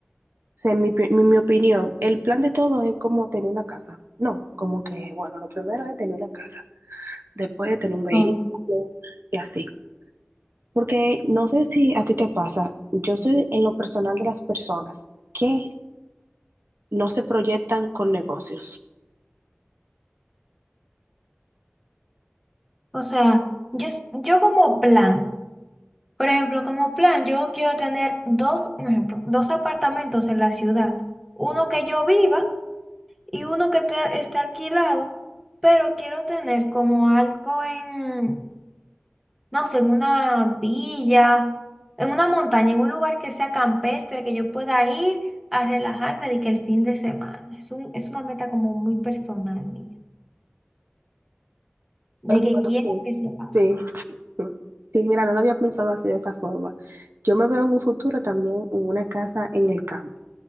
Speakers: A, on the right; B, in the centre.
A: o sea, en mi, pi- mi, mi opinión, el plan de todos es como tener una casa. No, como que, bueno, lo primero es tener una casa. después de tener un vehículo
B: Oh.
A: y así. Porque no sé si a ti te pasa, yo soy en lo personal de las personas que no se proyectan con negocios.
B: O sea, yo, s- yo como plan, por ejemplo, como plan, yo quiero tener dos, un ejemplo, dos apartamentos en la ciudad. Uno que yo viva y uno que te- está alquilado, pero quiero tener como algo en, no sé, en una villa, en una montaña, en un lugar que sea campestre, que yo pueda ir a relajarme de que el fin de semana. Es un- es una meta como muy personal mía, de
A: Eh, Bueno,
B: que quiero
A: sí,
B: que se pase.
A: sí, sí. Sí, mira, no lo había pensado así de esa forma. Yo me veo en un futuro también en una casa en el campo.